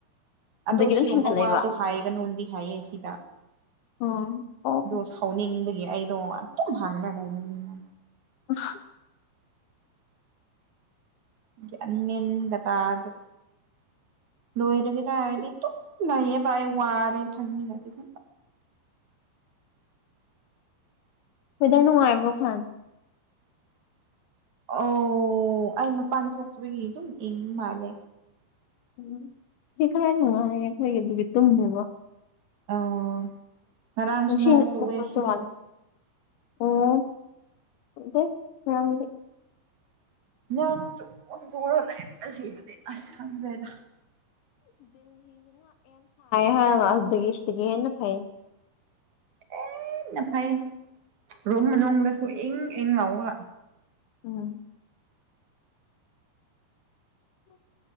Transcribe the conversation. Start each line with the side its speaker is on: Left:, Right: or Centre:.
Left: ꯑꯗꯨꯗꯒꯤ
Right: ꯑꯗꯣ
Left: ꯑꯗꯨꯝ
Right: ꯁꯤꯒꯨꯝꯕ
Left: ꯍꯦꯟꯒꯠꯂꯛꯏꯕ
Right: ꯋꯥꯗꯣ ꯍꯥꯏꯒꯅꯨꯗꯤ ꯍꯥꯏꯌꯦ ꯁꯤꯗ
Left: ꯑꯣ ꯑꯣ
Right: ꯑꯗꯣ ꯁꯥꯎꯅꯤꯡꯕꯒꯤ ꯑꯩꯗꯣ ꯑꯗꯨꯝ ꯍꯥꯡꯅ ꯂꯩꯕꯅꯤꯅ
Left: <unintelligible>
Right: ꯒ꯭ꯌꯥꯟ ꯃꯦꯟꯒ ꯇꯥꯗꯦ ꯂꯣꯏꯗꯔꯤꯗ ꯑꯩꯗꯤ ꯇꯨꯝ ꯂꯩꯌꯦꯕ ꯑꯩ ꯋꯥꯔꯦ <unintelligible>
Left: ꯍꯣꯏꯗꯔ ꯅꯨꯡꯉꯥꯏꯕꯣ ꯈꯥꯟ
Right: ꯑꯣ ꯑꯩ ꯃꯄꯥꯟ ꯊꯣꯛꯇꯕꯒꯤ ꯑꯗꯨꯝ ꯏꯪ ꯃꯥꯜꯂꯦ
Left: ꯎꯝ ꯁꯤ ꯈꯥꯏ ꯅꯨꯡꯉꯥꯏꯌꯦ ꯑꯈꯣꯏꯒꯤ ꯑꯗꯨꯗꯤ ꯇꯨꯝꯃꯨꯕ
Right: ꯑꯣ ꯉꯔꯥꯡꯁꯨ
Left: ꯉꯁꯤ
Right: ꯅꯣꯡ ꯆꯨꯑꯦ ꯁꯤꯗꯒꯤ
Left: ꯆꯣꯡꯉꯜꯂꯦ ꯑꯣ ꯈꯪꯗꯦ ꯃꯌꯥꯝꯗꯤ
Right: ꯅꯝ ꯆꯣ ꯆꯣꯔꯒ ꯂꯩꯕꯅꯦ ꯉꯁꯤꯗꯨꯗꯤ ꯑꯁ ꯈꯪꯗ꯭ꯔꯦꯗ
Left: ꯉꯔꯥꯡ ꯂꯥꯛꯑꯝꯗꯨꯗꯒꯤ ꯁꯤꯗꯒꯤ ꯍꯦꯟꯅ ꯐꯩꯌꯦ
Right: ꯍꯟꯅ ꯐꯩ ꯔꯨꯝ ꯃꯅꯨꯡꯗꯁꯨ ꯏꯪ ꯏꯪ ꯂꯥꯎꯕꯒ
Left: ꯎꯝ ꯎꯝ